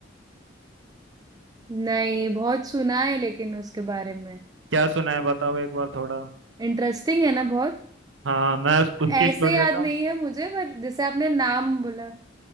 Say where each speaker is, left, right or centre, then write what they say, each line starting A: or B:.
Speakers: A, on the right (about 20°); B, on the right (about 75°).
A: नहीं बहुत सुना है लेकिन उसके बारे में
B: क्या सुना है बताओ एक बार थोड़ा
A: इंटरेस्टिंग है ना बहुत
B: हाँ मैं उस- उसकी
A: ऐसे
B: स्टोरी
A: याद
B: बताऊं
A: नहीं है मुझे पर जैसे आपने नाम बोला